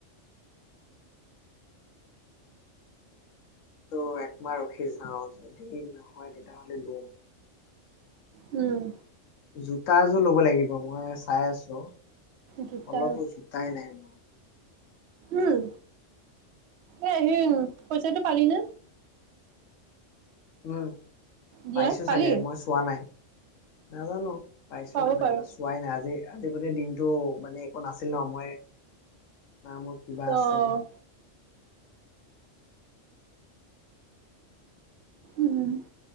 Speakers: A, on the left; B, on the right.
A: ত' একমাহ ৰখি যাও যদি নহয় তেতিয়াহলে লম।
B: উম
A: জোতাযোৰ ল'ব লাগিব। ব মই চাই আছো
B: জোতা
A: অলপো জোতাই নাই মোৰ।
B: উম এ সেই পইচাটো পালি ন।
A: উম।
B: দিয়া
A: পাইছো
B: পালি
A: চাগে মই চোৱা নাই। নাজানো। পাইছো
B: পাব
A: নে
B: পাৰো
A: নাই চোৱাই নাই আজি। আজিকালি দিন। এইটো মানে একো নাছিল ন মই। নামৰ কিবা
B: অ',
A: আছে।
B: উম